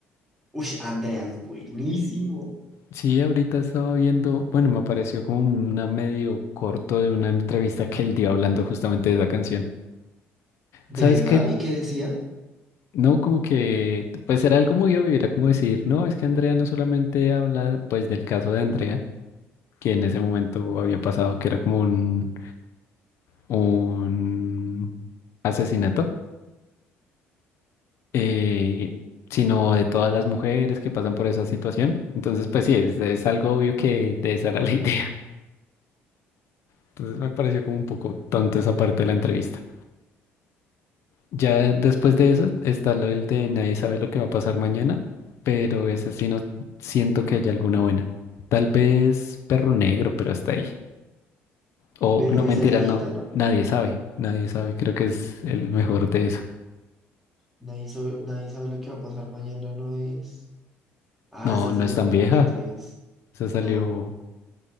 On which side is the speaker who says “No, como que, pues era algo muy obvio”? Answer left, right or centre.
Left